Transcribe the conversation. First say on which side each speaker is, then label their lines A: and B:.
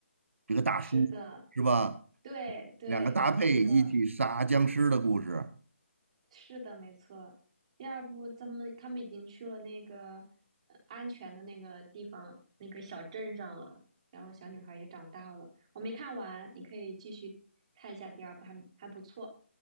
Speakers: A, on the right; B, on the right.
A: 这个大叔是吧？
B: 是的，对对，
A: 两个搭配一起杀僵尸的故事。
B: 嗯是的，是的，没错。第二部，他们他们已经去了那个呃安全的那个地方，那个小镇上了。然后小女孩也长大了。我没看完，你可以继续看一下第二部，还还不错。